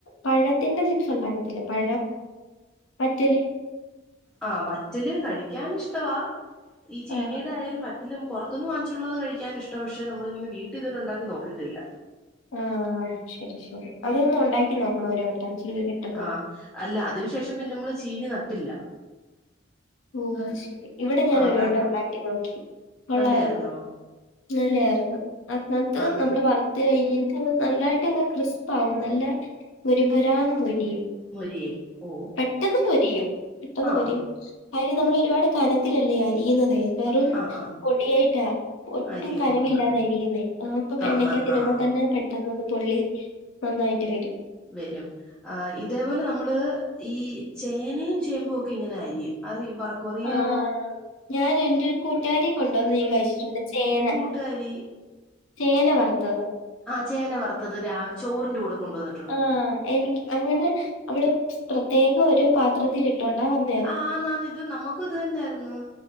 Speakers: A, on the left; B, in the centre.
A: പഴത്തിന്റെ ചിപ്സ്ണ്ടാക്കത്തില്ലെ പഴം പറ്റല്
B: ആ വറ്റല് കഴിക്കാന് ഇഷ്ടവാ ഈ ചീനീടെ
A: ആ
B: ആയാലും വ ലും പൊർത്ത്ന്ന് വാങ്ങിച്ചുള്ളത് കഴിക്കാൻ ഇഷ്ടാ പക്ഷെ നമ്മളിങ്ങനെ വീട്ടീ ഇതുവരെ ഇണ്ടാക്കി നോക്കിട്ടില്ല
A: ആഹ് ശെരി ശെരി അതൊന്ന്ണ്ടാക്കി നോക്കണം ഒരു വട്ടം ചീന ച
B: ആ അല്ല അതിനു ശേഷം പിന്നമ്മള് ചീനി നട്ടില്ല
A: ഓ അയ് ശരി ഇവിടെ ഞാൻ
B: ആഹ്
A: ഒരു
B: കാരണം
A: വട്ടം ഉണ്ടാക്കി നോക്കി കൊള്ളാര്ന്നു
B: നല്ലയായിരുന്നോ
A: നല്ലായിരുന്നു അ അത്ര
B: ആഹ്
A: നമ്മള് വറ് ട്ട് കഴിഞ്ഞ്ട്ട് നല്ലായിട്ടങ്ങ ക്രിസ്പാവും നല്ല മൊര്മൊരാന്ന് മൊരിയും
B: മൊരിയും ഓ
A: പെട്ടെന്ന് പൊരിയും പെട്ടെന്ന്
B: ആഹ്
A: മൊരിയും കാര്യം നമ്മള് ഒരുപാട് കനത്തിലല്ലേ അരിയുന്നത് വെറും
B: ആഹ് ആഹ്
A: പൊടിയായിട്ടാ ഒട്ടും
B: അരിയുന്നുണ്ട്
A: കനമില്ലാതെ അരിയുന്നെ കാമ്പു
B: ആഹ്
A: എണ്ണകകത്ത്
B: ആഹ്
A: ഇടുമ്പതന്നെ
B: ആഹ്
A: പെട്ട - ട്ടന്നന്നു പൊള്ളി നന്നായിട്ട് വെരും
B: വെരും ആ ഇതേപോലെ നമ്മള് ഈ ചേനേം ചേമ്പും ഒക്കെ ഇങ്ങനെ അരിയും അറി വറക്കും അറിയാവോ
A: ആ ഞാൻ എന്റെരു കൂട്ടുകാരി കൊണ്ടോന്ന് ഞാൻ കഴിച്ചിട്ട്ണ്ട് ചേന
B: കൂട്ട്കാരി
A: ചേന വറ്ത്തത്
B: ആഹ് ചേന വറ്ത്തത് രാ ചോറിന്റെ കൂടെ കൊണ്ടന്ന്
A: ആഹ് എനി അങ്ങനെ അവള് പ്രത്യേകം ഒരു പാത്രത്തിലിട്ടോണ്ടാ വന്നെ -
B: ആഹ് മാമെ ഇത്‌ നമ്മുക്ക് ഇതെന്നാര്ന്ന്